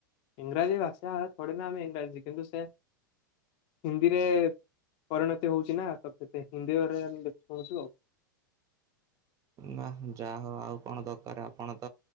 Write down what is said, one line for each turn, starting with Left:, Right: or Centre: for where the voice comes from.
Left: ଇଂରାଜୀ ଭାଷା ଥୋଡି ନା ଆମେ ଇଂରାଜୀ କିନ୍ତୁ ସେ ହିନ୍ଦୀରେ ପରିଣତି ହଉଛି ନା ତ ସେ ହିନ୍ଦୀରେ ଦେଖୁ ଶୁଣୁଛୁ ଆଉ।
Right: ବା ଯାହା ହ ଆଉ କଣ ଦରକାର ଆପଣ ତ